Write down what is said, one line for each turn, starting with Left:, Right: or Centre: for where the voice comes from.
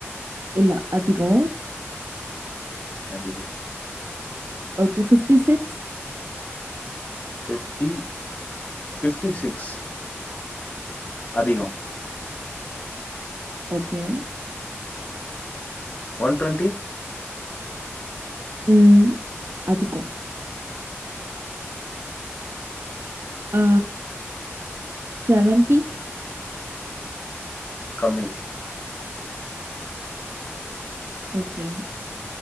Right: இல்ல அதிகோ
Left: அதிகோ
Right: okay fifty six
Left: fifty fifty six அதிகோ
Right: ஓகே
Left: ஒன் டொண்ட்டி
Right: ம் அதிகோ ஆ செவன்ட்டி
Left: கம்மி
Right: ஓகே